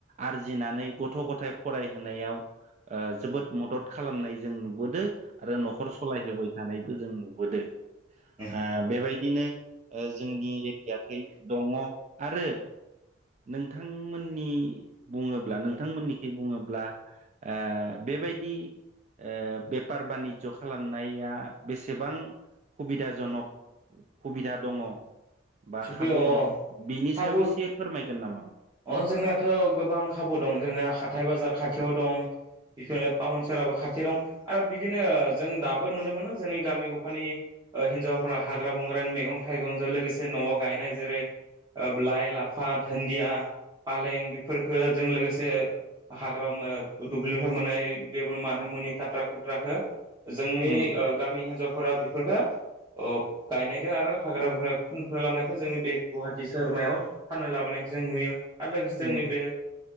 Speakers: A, on the right; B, on the right.
A: आरजिनानै गथ' गथाय फरायहोनायाव ओ जोबोद मदद खालामनाय जों नुबोदों आरो न'खर सालायहोबाय थानायखौ जों नुबोदों।
B: औ
A: ओ बेबायदिनो जोंनि एरियाथिं दङ आरो नोंथांमोननि बुङोब्ला नोंथांमोननिखि बुङोब्ला ओ बेबायदि ओ बेफार बानिज्य खालामनाया बेसेबां हुबिदाजनक हुबिदा दङ बा
B: थिग
A: खाबु
B: बे अ
A: दं बेनि
B: खाबु
A: सायाव एसे फोरमायगोन नामा?
B: अ जोंनाथ' गोबां खाबु दं जोंना हाथाय बाजार खाथियाव दं। बिफोरो टाउन सहोराबो खाथियाव दं आरो बिदिनो जों दाबो नुनो मोनो जोंनि गामि गफानि हिन्जावफ्रा हाग्रा बंग्रानि मैगं थाइगंजों लोगोसे न'आव गायनाय जेरै लाइ लाफा धोन्दिया फालें बेफोरफोरखो जों लोगोसे हाग्रा दुब्लिनिफ्राय मोन्नाय बे मानो मुनि खाथ्रा खुथ्राखौ जोंनि
A: उम
B: गामि हिनजावफोरा बेफोरफोरखौ अ गायनायदों आरो हाग्रा बंग्रा खनथुमनानै लाबोनायखौ जोंनि बे गुवाहाटि सहोरमायाव फाननो लाबोनाय जों नुयो। आरो लोगोसे जोंनि
A: उम
B: बे